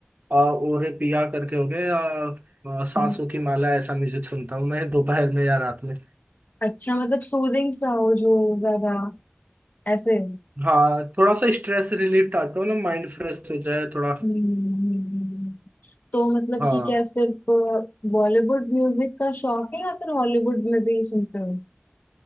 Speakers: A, on the right; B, on the left.
A: आ, ओरे पिया करके हो गए या आ, सांसों
B: हम्म,
A: की माला ऐसा म्यूजिक सुनता हूँ मैं दोपहर में या रात में
B: अच्छा मतलब सूदिंग सा हो जो ज्यादा ऐसे
A: हाँ थोड़ा सा स्ट्रेस रिलीफ टाइप का हो ना माइंड फ्रेश हो जाए थोड़ा
B: हम्म, तो मतलब
A: हाँ
B: कि क्या सिर्फ बॉलीवुड म्यूजिक का शौक है या फिर हॉलीवुड में भी सुनते हो